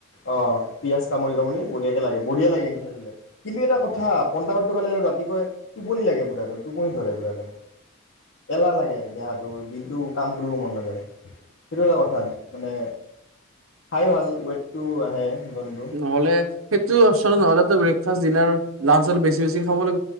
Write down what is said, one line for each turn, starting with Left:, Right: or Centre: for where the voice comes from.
Left: অ পিয়াজ কামুৰি কামুৰি বঢ়িয়াকে লাগে বঢ়িয়া লাগে খাই পাই কিন্তু এটা কথা পন্তা ভাতটো খালে আৰু ৰাতিপুৱাই টোপনি লাগে পুৰা একদম টোপনি ধৰে পুৰা একদম এলাহ লাগে দেহাটোৰ দিনটো কাম কৰিব মন নাযায় সেইটো এটা কথা মানে খাই ভাল ৱেইট টো আহে জন্তু
Right: নহ'লে সেইটো অপচন নহলেতো ব্ৰেকফাষ্ট ডিনাৰ লাঞ্চ বেছি বছি খাব লাগে